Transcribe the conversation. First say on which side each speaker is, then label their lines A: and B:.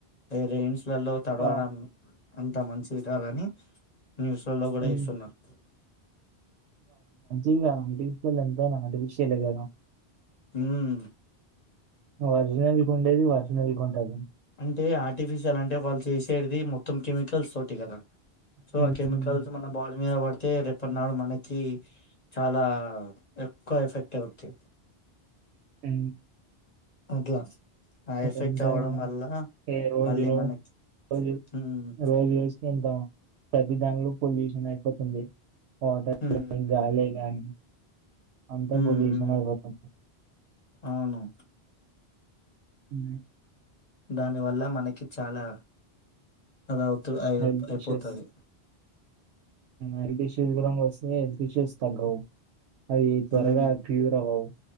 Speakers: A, on the left (about 40°); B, on the right (about 85°).
A: ఈ రెన్స్ నీళ్ళలో తడవడం
B: ఆ!
A: అంతా మంచిది దాలని న్యూస్లలో కూడా
B: హ్మ్.
A: ఏస్తున్నారు
B: ఏం కాదు ఆంటీ <unintelligible> ఆర్టిఫీషియలే కదా
A: హ్మ్
B: ఒరిజినల్ కుండేది ఒరిజినల్ కుంటది
A: అంటే ఆర్టిఫిషియల్ అంటే వాళ్ళు చేసేది మొత్తం కెమికల్స్ తోటి కదా సో
B: హ్మ్
A: ఆ కెమికల్ మన బాడీ మీద పడితే రేపన్నాడు మనకి చాలా ఎక్కువ ఎఫెక్ట్ అవుద్ది
B: ఊ
A: అట్లా ఆ ఎఫెక్ట్
B: ఉంటాదేమో
A: అవ్వడం వల్ల
B: ఏ రోజు
A: మళ్ళీ
B: ఈ రోజు
A: మనకి
B: రోజు
A: హ్మ్
B: రోజు జూసి ఎంత ప్రతి దానిలో పొల్యూషన్ అయిపోతుంది ఫాదర్
A: హ్మ్
B: ఏం గాలే గాని <inaudible> అంతే
A: హ్మ్
B: పొల్యూషన్
A: హ్మ్
B: ఐపోతుంది
A: అవును
B: ఊ
A: దాని వల్ల మనకి చాలా అది అవుతు అయ్
B: హెల్త్
A: అయిపోతది
B: ఇష్యూస్ హెల్త్ ఇష్యూస్ కూడా వస్తున్నాయి హెల్త్ ఇష్యూస్ తగ్గవు అవి త్వరగా
A: హ్మ్
B: క్యూర్ అవ్వవు